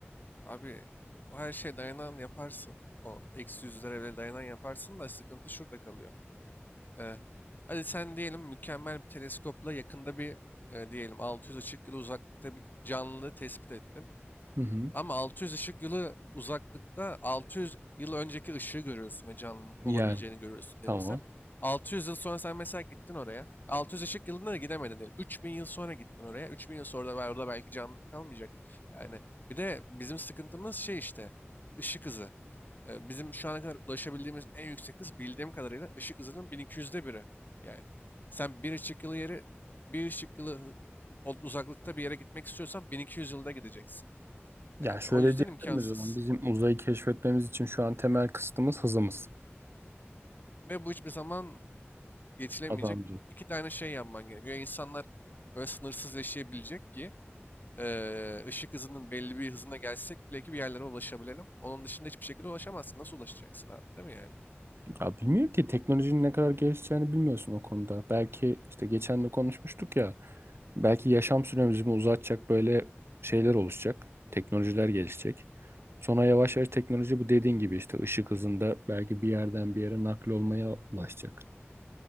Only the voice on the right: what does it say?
Hı hı.
Yani
tamam.
Ya
şöyle
diyebilir
miyiz o zaman bizim uzayı keşfetmemiz için şu an temel kısıtımız hızımız.
Adam
Ya bilmiyorum ki teknolojinin ne kadar gelişeceğini bilmiyorsun o konuda. Belki işte geçen de konuşmuştuk ya. Belki yaşam süremizi mi uzatacak böyle şeyler oluşacak. Teknolojiler gelişecek. Sonra yavaş yavaş teknoloji bu dediğin gibi işte ışık hızında belki bir yerden bir yere nakli olmaya ulaşacak.